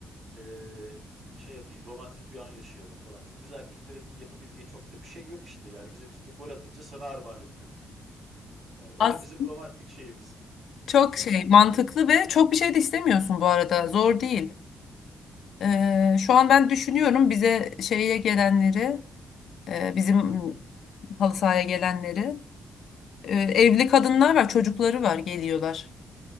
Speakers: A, on the right; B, on the left.
A: eee, şey yapayım romantik bir an yaşayalım falan. Çünkü biz erkeklerin yapabildiği çok da bir şey yok işte. Yani bizim için de gol atınca sana armağan ettim. Yani o
B: Az
A: da bizim romantik şeyimiz.
B: çok
A: Romantikliğimiz.
B: şey mantıklı ve çok bir şey de istemiyorsun bu arada. Zor değil. Ee, şu an ben düşünüyorum bize şeye gelenleri, e, bizim mm, halı sahaya gelenleri. Ee, evli kadınlar var, çocukları var, geliyorlar.